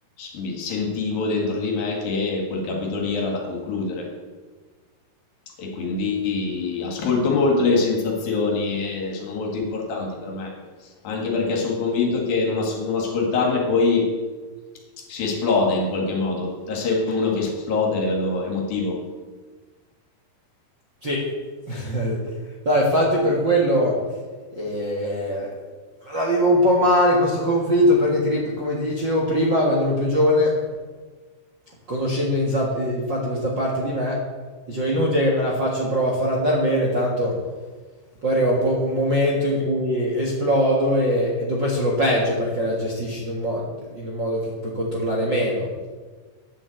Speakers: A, on the left; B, on the right.
A: mi sentivo dentro di me che quel capitolo lì era da concludere e quindi ascolto molto le sensazioni, e sono molto importanti per me, anche perché sono convinto che non, as- non ascoltarle poi si esplode in qualche modo. Te sei uno che esplode a livello emotivo.
B: Sì. <laughs> No, infatti per quello eh, la vivo un po' male questo conflitto perché ti rip- come ti dicevo prima, quando ero più giovane, conoscendo insa- eh, infatti questa parte di me, dicevo è inutile che me la faccio, provo a far andare bene, tanto poi arriva un, po' un momento in cui esplodo e, e dopo è solo peggio perché la gestisci in un, mo- in un modo che puoi controllare meno.